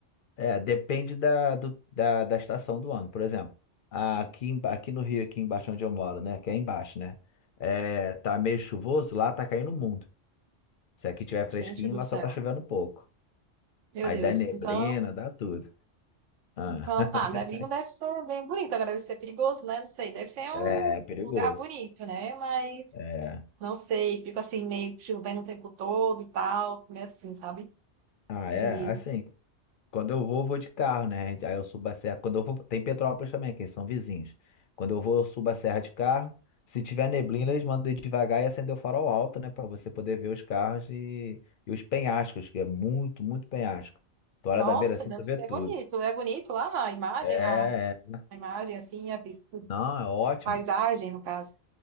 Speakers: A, on the left (about 55°); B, on the right (about 80°).
A: É, depende da, do- da, da estação do ano. Por exemplo, aqui, em- aqui no Rio, aqui embaixo onde eu moro, né? Que é embaixo, né? É, tá meio chuvoso, lá tá caindo o mundo. Se aqui tiver
B: Gente
A: fresquinho,
B: do
A: lá
B: céu.
A: só tá chovendo um pouco.
B: Meu
A: Aí
B: Deus.
A: dá neblina,
B: Então,
A: dá tudo. Ah.
B: então,
A: <laughs>
B: ah, Nebrinho deve ser bem bonito. Agora deve ser perigoso, né? Não sei. Deve ser um
A: É, perigoso.
B: lugar bonito, né? Mas
A: É.
B: Não sei, fico assim, meio chovendo o tempo todo e tal, meio assim, sabe?
A: Ah,
B: De,
A: é, assim. Quando eu vou, vou de carro, né? Aí eu subo a serra. Quando eu vou, tem Petrópolis também, que eles são vizinhos. Quando eu vou, eu subo a serra de carro. Se tiver neblina, eles mandam ir devagar e acender o farol alto, né? Pra você poder ver os carros e, e os penhascos, que é muito, muito penhasco. Tu olha
B: nossa,
A: da beira assim,
B: deve
A: tu vê
B: ser
A: tudo.
B: bonito. É bonito lá a imagem,
A: É,
B: a,
A: é.
B: a imagem, assim, a vis-
A: não, é ótimo,
B: paisagem, no caso.